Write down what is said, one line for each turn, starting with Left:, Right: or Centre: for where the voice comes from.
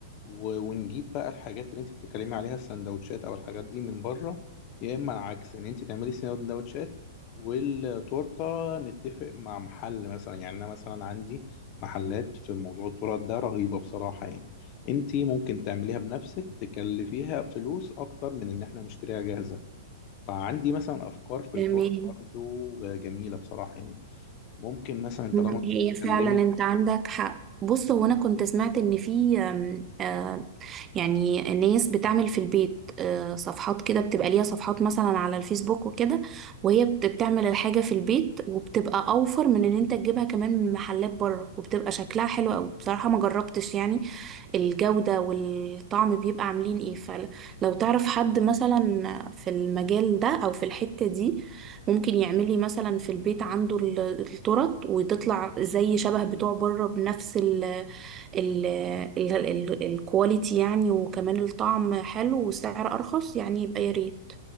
Left: و- ونجيب بقى الحاجات اللي انت بتتكلمي عليها السندوتشات أو الحاجات دي من بره يا إما العكس إن انت تعملي سندوتشات والتورتة نتفق مع محل مثلا يعني أنا مثلا عندي محلات في موضوع التورت ده رهيبة بصراحة يعني انتي ممكن تعمليها بنفسك تكلفيها فلوس اكتر من ان احنا نشتريها جاهزة فعندي مثلا افكار في
Right: تمام
Left: التورت برضو جميلة بصراحة يعني ممكن مثلا
Right: مم،
Left: طالما انت
Right: هي
Left: بتتكلمي
Right: فعلا انت عندك حق بص هو انا كنت سمعت ان في آم، آه، يعني ناس بتعمل في البيت آه، صفحات كده بتبقى ليها صفحات مثلا على الفيسبوك وكده وهي بت- بتعمل الحاجة في البيت وبتبقى اوفر من ان انت تجيبها كمان من محلات بره وبتبقى شكلها حلو قوي بصراحة ما جربتش يعني الجودة والطعم بيبقى عاملين ايه فلو تعرف حد مثلا في المجال ده او في الحتة دي ممكن يعمل لي مثلا في البيت عنده ال- الترط وتطلع زي شبه بتوع بره بنفس ال ال ال ال الكواليتي يعني وكمان الطعم حلو والسعر ارخص يعني يبقى يا ريت